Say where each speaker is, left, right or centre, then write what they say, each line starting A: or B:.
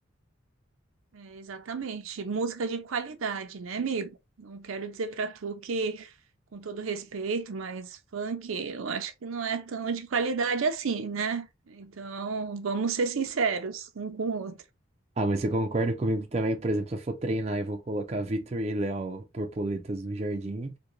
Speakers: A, on the right; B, on the right.
A: É, exatamente. Música de qualidade, né, amigo? Não quero dizer pra tu que, com todo respeito, mas funk eu acho que não é tão de qualidade assim, né? Então, vamos ser sinceros um com o outro.
B: Ah, mas você concorda comigo também? Por exemplo, se eu for treinar, eu vou colocar Vitor e Léo Borboletas no jardim